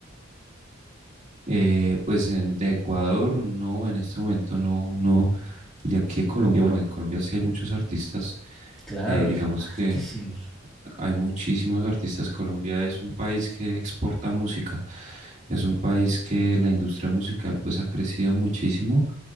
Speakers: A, on the right; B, in the centre.
A: eh, pues en- de Ecuador no, en este momento no, no, de aquí de Colombia, bueno, en Colombia sí hay muchos artistas,
B: Claro,
A: eh, digamos
B: es lo altísimos.
A: que... hay muchísimos artistas. Colombia es un país que exporta música, es un país que la industria musical pues ha crecido muchísimo